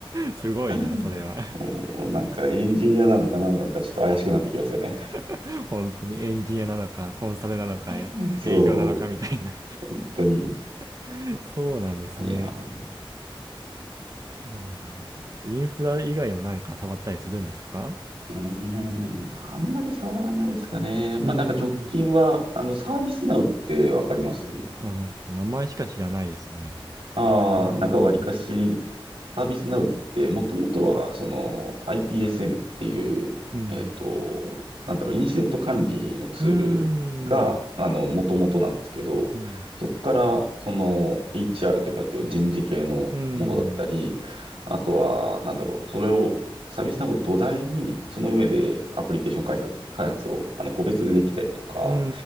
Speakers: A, on the right; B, on the right.
A: すごいな、
B: うんもうなんかエンジニアなのか何なのかちょっと怪しくなってきますよね。
A: それは。<laughs> 本当にエンジニアなのか、コンサルなのかや、
B: うんそう、
A: 営業なのかみたいな。
B: 本当に。
A: <laughs> そうなんですね。
B: いやー、
A: そうなんだ。あと、インフラ以外も何か触ったりするんですか
B: うーん、あんまり触らないですかね。まあなんか直近は、
A: うーん。
B: あの、サービスナウってわかります
A: あ、なんか名前しか知らないですね。
B: ああ、
A: どんなものなんでしょ
B: なんかわりかし、サービスナウってもともとは、その ITSM っていう、
A: う。うん。
B: えっと、なんだろう、インシデント管理のツールが、
A: うーん。
B: あの、もともとなんですけど、
A: うん。
B: そこから、その HR と呼ばれている人事系のものだったり、
A: うーん。
B: あとは、なんだろう、それを、サービスナウを土台に、その上でアプリケーション開発、開発を、あの、個別でできたりとか、
A: うー